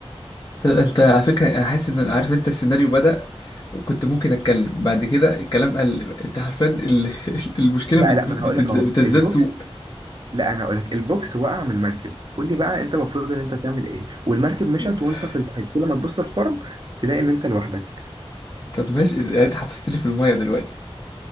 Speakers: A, on the left (about 35°); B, on the right (about 45°).
A: طب انت على فكرة انا حاسس ان عارف انت السيناريو بدأ وكنت ممكن اتكلم بعد كده الكلام قل انت عارفين ال... <laughs> المشكلة
B: لا
A: بتز...
B: لا ما
A: بتز...
B: انا هقول لك اهو
A: بتزداد
B: البوكس
A: سوء
B: لا انا هقول لك البوكس وقع من المركب قول لي بقى انت المفروض ان انت تعمل ايه والمركب مشت
A: <laughs>
B: وانت في المحيط كل ما تبص الخرم تلاقي ان انت لوحدك
A: طب ماشي يعني انت حبستني في المية دلوقتي